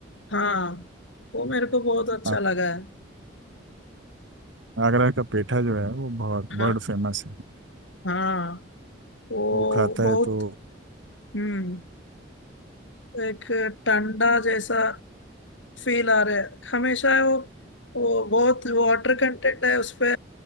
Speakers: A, on the left; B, on the right.
A: हाँ वो मेरे को बहुत अच्छा
B: हाँ,
A: लगा है
B: आगरा का पेठा जो है वो बहुत
A: हाँ
B: बर्ड फेमस है
A: हाँ वो
B: वो खाता
A: बहुत
B: है तो
A: हम्म एक टंडा जैसा फील आ रहे हैं हमेशा वो वो बहुत वाटर कंटेंट है उसपे